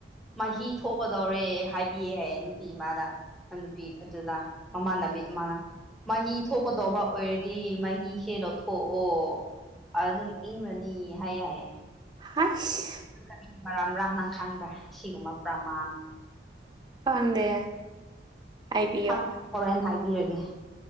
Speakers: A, in the centre; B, on the right.
A: ꯃꯍꯤ ꯊꯣꯛꯀꯗꯧꯔꯦ ꯍꯥꯏꯕꯤꯑꯦꯍ ꯅꯨꯄꯤ ꯑꯃꯥꯗ꯫ ꯅꯨꯄꯤ ꯑꯗꯨꯗ ꯃꯃꯥꯟꯅꯕꯤ ꯑꯃꯥꯅ ꯃꯍꯤ ꯊꯣꯛꯀꯗꯧꯕ ꯑꯣꯏꯔ ꯗꯤ ꯃꯍꯤꯁꯦ ꯂꯧꯊꯣꯛꯑꯣ ꯑꯗꯨꯝ ꯏꯪꯔꯅꯤ ꯍꯥꯏꯌꯦ ꯍꯥꯏꯌꯦ꯫
B: ꯍꯥꯏꯁ꯫
A: ꯀꯔꯤ ꯃꯔꯝꯔꯥ ꯅꯪ ꯈꯪꯕ ꯁꯤꯒꯨꯝꯕ ꯄ꯭ꯔꯃꯥꯟ꯫
B: ꯈꯪꯗꯦ꯫ ꯍꯥꯏꯕꯤꯌꯣ
A: ꯈꯪꯉꯔꯣꯏ ꯍꯣꯔꯦꯟ ꯍꯥꯏꯕꯤꯔꯒꯦ꯫